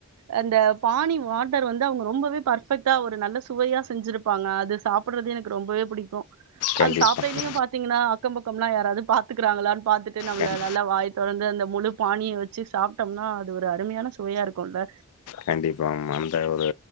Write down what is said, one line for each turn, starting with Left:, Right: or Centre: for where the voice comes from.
Right: அந்த பானி வாட்டர் வந்து அவங்க ரொம்பவே பார்த் க ஒரு நல்ல சுவையா செஞ்சிருப்பாங்க அது சாப்பிடறது எனக்கு ரொம்பவே பிடிக்கும்
Left: கண்டிப்பாங்க
Right: அது சாப் டையிலே பாத்தீங்கன்ன அக்கம்பக்கம்லாம் யாராது பாத்துக்கறாங்களானு ப பாத்துட்டு நம்மள
Left: கண்டிப்
Right: நல்லா வாய் தொடர்ந்து அந்த முழு பானிய வச் வச்சி சாப்பிட்டோம்னா அது ஒரு அருமையான சுவயா இருக்கும்ல்ல
Left: கண்டிப்பா மா அந்த ஒரு